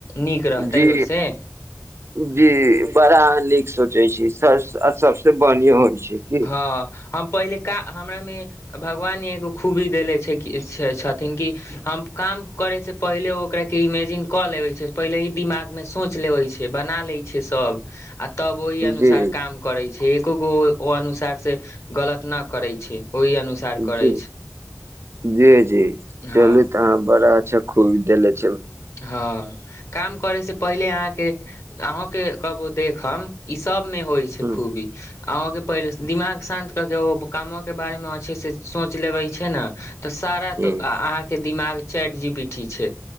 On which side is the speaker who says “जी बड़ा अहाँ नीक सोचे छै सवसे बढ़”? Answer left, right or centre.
Right